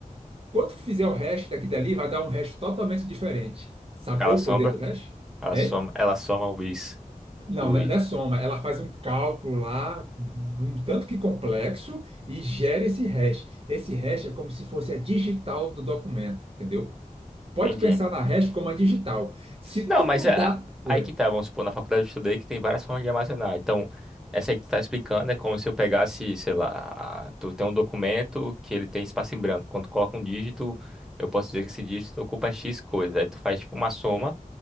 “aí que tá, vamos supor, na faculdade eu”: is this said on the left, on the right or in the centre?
Centre